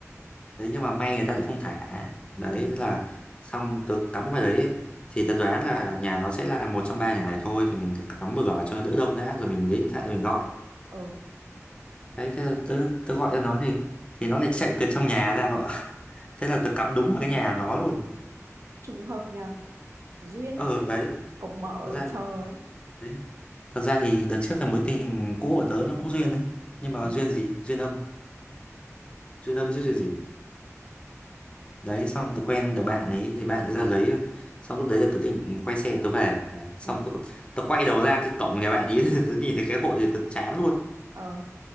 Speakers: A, on the left; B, on the right.
A: đấy nhưng mà may người ta lại không thả đấy
B: Ừ.
A: thế là xong tớ cắm vào đấy ấy. thì tớ đoán là nhà nó sẽ là một trong ba nhà này thôi thì mình cứ cắm bừa vào cho nó đỡ đông đã rồi mình lấy điện thoại mình gọi
B: Ờ.
A: đấy thế là
B: Tiếp.
A: tớ, tớ gọi cho nó thì thì nó lại chạy từ trong nhà ra gọi <laughs> thế là tớ cắm đúng vào cái nhà nó luôn
B: Trùng hợp nhờ. Duyên
A: ờ
B: ấy.
A: đấy
B: Cổng mở
A: thật ra
B: chờ ấy.
A: đấy thật ra thì đợt trước cái mối tình cũ của tớ nó cũng duyên đấy nhưng mà
B: Nhờ.
A: duyên gì duyên âm duyên âm chứ duyên gì đấy xong tớ quen được bạn ấy thì bạn ấy ra lấy xong lúc đấy là tớ định quay xe tớ về xong
B: Ừ.
A: tớ tớ quay đầu ra cái cổng nhà bạn ấy <laughs> tớ nhìn thấy cái hội thì tớ chán luôn
B: Ờ.